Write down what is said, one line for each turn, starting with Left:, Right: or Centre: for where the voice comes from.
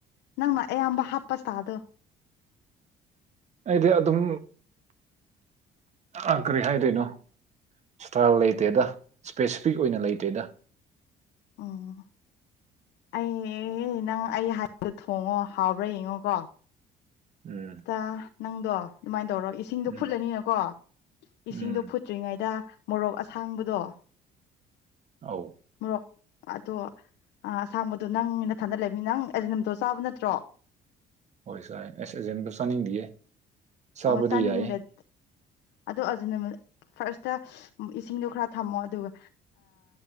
Left: ꯅꯪꯅ ꯑꯌꯥꯝꯕ ꯍꯥꯞꯄꯁꯇꯥꯗꯣ
Right: ꯍꯥꯏꯗꯤ ꯑꯗꯨꯝ ꯑ ꯀꯔꯤ ꯍꯥꯏꯗꯣꯏꯅꯣ ꯁ꯭ꯇꯥꯏꯜ ꯂꯩꯇꯦꯗ ꯁ꯭ꯄꯦꯁꯤꯐꯤꯛ ꯑꯣꯏꯅ ꯂꯩꯇꯦꯗ
Left: ꯑꯥ ꯑꯩ ꯅꯪ ꯑꯩ ꯍꯥꯏꯕ ꯊꯣꯡꯉꯣ ꯍꯥꯎꯕ꯭ꯔꯥ ꯌꯦꯡꯉꯣꯀꯣ
Right: ꯎꯝ
Left: ꯇꯥ ꯅꯪꯗꯣ ꯑꯗꯨꯃꯥꯏꯅ ꯇꯧꯔꯣ ꯏꯁꯤꯡꯗꯣ
Right: ꯎꯝ
Left: ꯐꯨꯠꯂꯅꯤꯅꯀꯣ
Right: ꯎꯝ
Left: ꯏꯁꯤꯡꯗꯣ ꯐꯨꯠꯇ꯭ꯔꯤꯉꯩꯗ ꯃꯣꯔꯣꯛ ꯑꯁꯥꯡꯕꯗꯣ
Right: ꯑ
Left: ꯃꯣꯔꯣꯛ ꯑꯗꯣ ꯑꯁꯥꯡꯕꯗꯣ ꯅꯪ ꯅꯊꯟꯗ ꯂꯩꯕꯃꯤ ꯅꯪ ꯑꯦꯖꯅꯝꯗꯣ ꯆꯥꯕ ꯅꯠꯇ꯭ꯔꯣ
Right: ꯍꯣꯏ ꯁꯥꯏ ꯑꯁ ꯑꯦꯖꯦꯟꯗꯣ ꯆꯥꯅꯤꯡꯗꯤꯌꯦ ꯆꯥꯕꯗꯤ
Left: ꯑꯣ ꯆꯥꯅꯤꯡꯗꯗꯤ
Right: ꯌꯥꯏ
Left: ꯑꯗꯣ ꯑꯗꯨꯖꯅ ꯐꯥꯔꯁꯇ ꯏꯁꯤꯡꯗꯣ ꯈꯔ ꯊꯝꯃꯣ ꯑꯗꯨꯒ